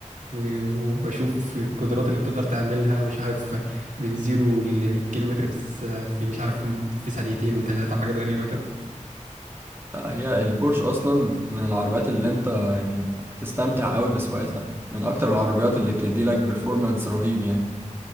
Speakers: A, on the right; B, on the right.
A: و- وبشوف القدرات اللي بتقدر تعملها مش عارف من زيرو ل 100 كيلو متر في الس- في مش عارف في ثانيتين وثلاثة وحاجات غريبة كده
B: لا، هي البورش أصلا من العربيات اللي أنت يعني تستمتع أوي بسواقتها من أكتر العربيات اللي بتدي لك بيرفورمانس رهيب يعني